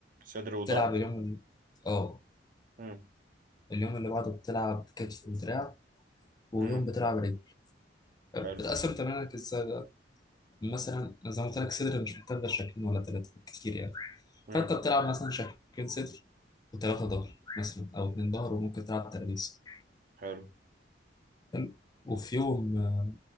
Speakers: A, on the right; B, on the left.
A: صدر وظهر
B: بتلعب اليوم ال... اه
A: امم
B: اليوم اللي بعده بتلعب كتف ودراع ويوم
A: امم
B: بتلعب رجل بتقسم
A: حلو
B: تمارينك ازاي بقى مثلا زي ما قلت لك صدر مش محتاج غير شكلين ولا ثلاثه كتير يعني
A: امم
B: فانت بتلعب مثلا شكلين صدر وثلاثه ظهر مثلا او اتنين ظهر وممكن تلعب ترابيز
A: حلو
B: حلو وفي يوم آه،